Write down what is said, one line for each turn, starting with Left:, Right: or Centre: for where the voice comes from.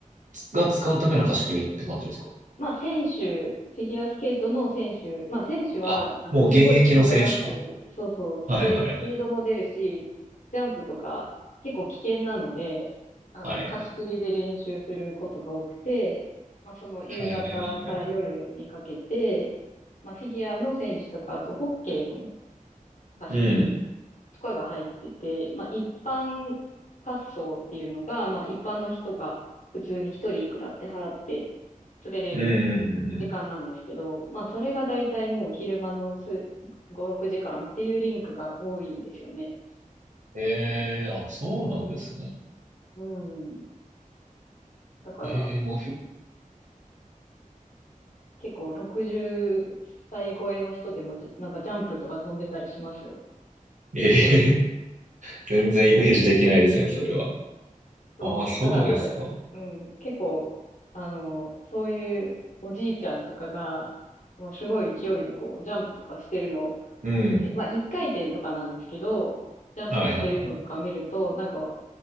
Right: つが使うための貸し切りって感じですか
Left: まあ、選手、フィギュアスケートの選手、まあ、選手は、
Right: あ、
Left: あの、
Right: もう現役の選手か。
Left: すごいスピードを出す、そうそう、スペ、
Right: はいはいはい。
Left: スピードも出るし、ジャンプとか、結構危険なので、あの、
Right: はい。
Left: 貸し切りで練習することが多くて、まあ、その夕方から夜にかけて、
Right: へえ。
Left: まあ、フィギュアの選手とか、あと、ホッケーの貸し切り
Right: うん。
Left: とかが入ってて、まあ一般滑走っていうのが、まあ一般の人が普通に一人いくらって払って滑れる時間なんですけど、
Right: うんうんうんうん。
Left: まあそれがだいたいもう昼間のす5、6時間っていうリンクが多いんですよね。
Right: ええ、あ、そうなんですね。
Left: うん。だから
Right: ええ、もうフィ、
Left: 結構60歳超えの人でもじなんかジャンプとか飛んでたりしますよ。
Right: ええ、<laughs> 全然イメージできないですね、それは。
Left: そう、
Right: ああ、そうですか。
Left: だからなんか、うん、結構、あの、そういうおじいちゃんとかが、もうすごい勢いでこう、ジャンプとかしてるのを見て、
Right: うん。
Left: まあ、一回転とかなんですけど、ジャンプしてるのとか見ると、
Right: はいはい。
Left: なんか、